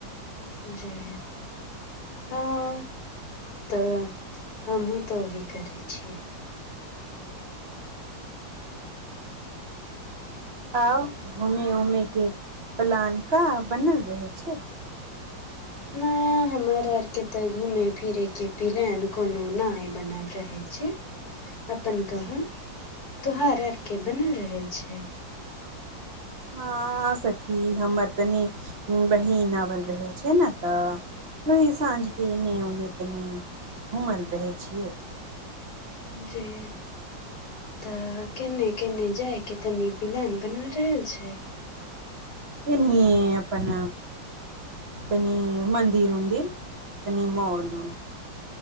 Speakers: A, on the left; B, on the right.
A: जय हँ तऽ हहहुँ तऽ ओही करै छियै।
B: आउ घूमे उमेके प्लान क बनल रहै छैइ। ह
A: न हमर आर के त घूमे फिरे के पेलेन कोनो न बनल रहे छैई। अपन कहू तोहर आर के बनल रह छैइ।
B: हँ सखी हमर तनी बहन आवल रहै छै ने तऽ। वैही साँझ के एने ओने तनी घूमल रहे छियै।
A: जी। तऽ केने केने जाय के तनी प्लान बनि रहल छै।
B: एनी अपन। तनी मन्दिर उन्दिर तनि मॉल उल।